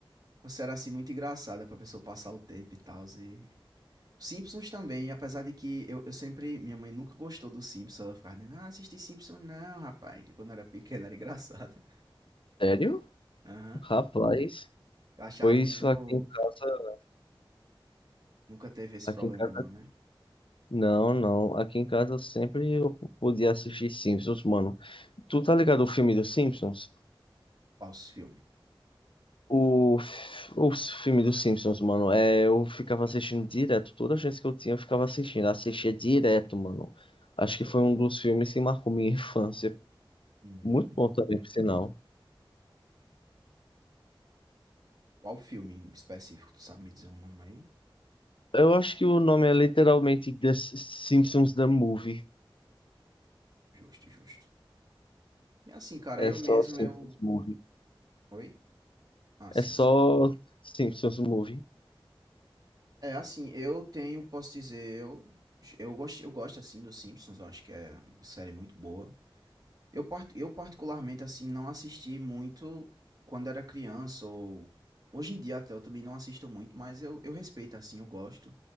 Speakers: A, on the right; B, on the left.
A: Uma série assim muito engraçada pra pessoa passar o tempo e tal. E... Simpsons também, apesar de que eu, eu sempre. Minha mãe nunca gostou do Simpsons, ela ficava dizendo, ah, assisti Simpsons não, rapaz. Quando eu era pequena era engraçado.
B: Sério?
A: <laughs> Aham.
B: Rapaz,
A: Eu achava
B: pois
A: muito.
B: aqui em casa,
A: Nunca teve esse
B: aqui
A: problema
B: em casa,
A: não, né?
B: não, não. Aqui em casa sempre eu podia assistir Simpsons, mano. Tu tá ligado ao filme dos Simpsons?
A: Qual os filmes?
B: O, f- o filme dos Simpsons, mano, é, eu ficava assistindo direto. Toda chance que eu tinha, eu ficava assistindo. Assistia direto, mano. Acho que foi um dos filmes que marcou minha infância.
A: Hum,
B: Muito bom também, por sinal.
A: qual filme em específico? Tu sabe me dizer um nome aí?
B: Eu acho que o nome é literalmente The S- Simpsons The Movie.
A: Justo, justo. E assim, cara,
B: É
A: eu
B: só
A: mesmo,
B: Simpsons
A: eu...
B: Movie.
A: Oi? Ah, sim,
B: É só
A: sim.
B: Simpsons Movie.
A: É, assim, eu tenho, posso dizer, eu... Eu gosto, eu gosto, assim, dos Simpsons. Eu acho que é uma série muito boa. Eu, part- eu particularmente, assim, não assisti muito quando era criança, ou hoje em dia até eu também não assisto muito, mas eu, eu respeito, assim, eu gosto.